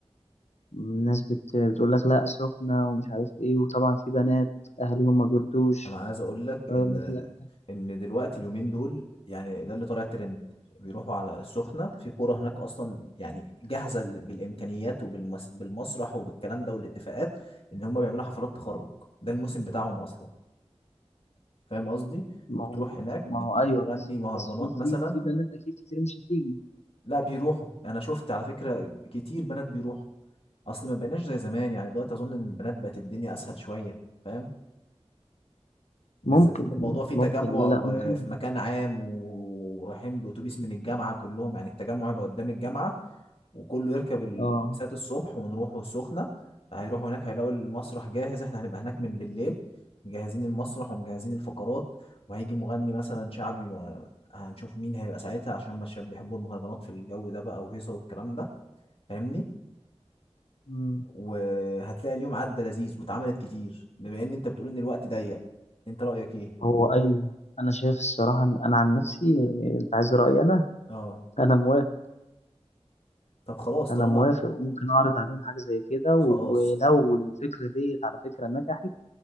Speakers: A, on the left (about 75°); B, on the left (about 55°).
A: الناس بت... بتقول لك لا سخنة ومش عارف ايه وطبعا في بنات اهاليهم ما بيرضوش
B: انا عايز اقول لك
A: فيقول
B: ان
A: لك لا
B: ان دلوقتي اليومين دول يعني ده اللي طالع ترند بيروحوا على السخنه في قرى هناك اصلا يعني جاهزه بالامكانيات وبالمسرح وبالكلام ده والاتفاقات ان هم بيعملوا حفلات تخرج ده الموسم بتاعهم اصلا فاهم قصدي
A: ما
B: بتروح
A: هو
B: هناك
A: ما
B: بتجيب
A: هو ايوه
B: مغني
A: بس
B: مهرجانات
A: بس في
B: مثلا
A: في في بنات اكيد كتير مش هتيجي
B: لا بيروحوا يعني انا شفت على فكره كتير بنات بيروحوا اصل ما بقيناش زي زمان يعني دلوقتي اظن ان البنات بقت الدنيا اسهل شويه فاهم بالذات
A: ممكن
B: ان الموضوع فيه تجمع
A: ممكن ليه لا
B: وفي
A: ممكن
B: مكان عام ورايحين باتوبيس من الجامعه كلهم يعني التجمع يبقى قدام الجامعه وكله يركب الاتوبيسات
A: اه
B: الصبح ونروحوا السخنه هيروحوا هناك هيلاقوا المسرح جاهز احنا هنبقى هناك من بالليل مجهزين المسرح ومجهزين الفقرات وهيجي مغني مثلا شعبي ما- هنشوف مين هيبقى ساعتها عشان هم الشباب بيحبوا المهرجانات في الجو ده بقى وهيصه والكلام ده فاهمني
A: مم.
B: وهتلاقي اليوم عدى لذيذ واتعملت كتير بما ان انت بتقول ان الوقت ضيق انت رايك ايه
A: هو ايوه انا شايف الصراحة إن انا عن نفسي انت عايز رأيي انا
B: اه
A: انا موافق
B: طب خلاص
A: انا
B: طالما
A: موافق وممكن اعرض عليهم حاجه زي كده ولو
B: خلاص
A: الفكره ديت على فكره نجحت